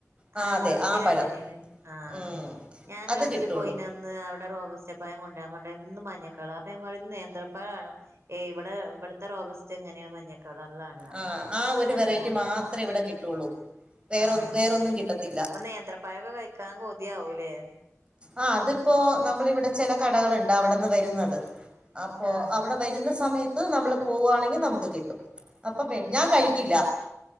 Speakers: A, on the right; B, on the right.
A: ആ
B: ആഹ്
A: അതെ
B: ഗൾഫിലങ്ങനേണ്
A: ആ പഴം
B: ആഹ്
A: ഉം
B: ഞാൻ
A: അത്
B: ഗൾഫില്
A: കിട്ടുള്ളൂ
B: പോയിനന്ന് അവടെ റോബസ്റ്റപ്പഴം കൊണ്ട്രാരൻ പറഞ്ഞാ എന്നും മഞ്ഞക്കളറ് അപ്പോ ഞാൻ പറയും ഇത് നേന്ത്രപ്പഴാണ് ഏയ് ഇവടെ ഇവടുത്തെ റോബ സ്റ്റാ ഇങ്ങനെയാ മഞ്ഞക്കളറിലാണ് റഞ്ഞു
A: ആ ആ ഒരു
B: അങ്ങനെ
A: വെറൈറ്റി
B: <unintelligible> <inaudible>
A: മാത്രമേ ഇവിടെ കിട്ടുള്ളൂ വേറൊ
B: ആഹ്
A: വേറൊന്നും കിട്ടത്തില്ല
B: അപ്പോ നേന്ത്രപ്പഴൊക്കെ കഴിക്കാൻ കൊ തിയാവൂലേ
A: ആഹ് അതിപ്പോ നമ്മളവിടെ ചെല കടകള് ണ്ടാവടെന്ന് വരുന്നത്. അപ്പോ
B: ആഹ്
A: അവടെ വരുന്ന സമയത്ത് നമ്മള് പോകുവാണെങ്കി നമുക്ക് കിട്ടും. അപ്പോ മേട് ഞാൻ കഴിക്കില്ല.